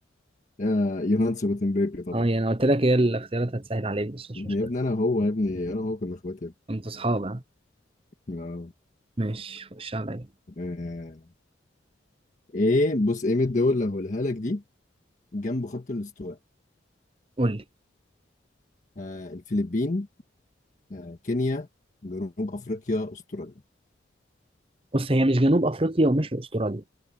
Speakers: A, on the left; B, on the right.
A: آه يوهانس جوتنبرج طبعا
B: اه يعني انا قلت لك هي الاختيارات هتسهل عليك بس مش
A: يا
B: مشكلة
A: ابني انا هو يا ابني انا هو كنا اخواتي يا
B: انت اصحاب ها؟
A: ابني. آه.
B: ماشي خش عليا
A: آه. ايه بص ايه من الدول اللي هقولها لك دي جنب خط الاستواء
B: قول لي
A: آه الفلبين آه كينيا جنوب افريقيا استراليا
B: بص هي مش جنوب افريقيا ومش استراليا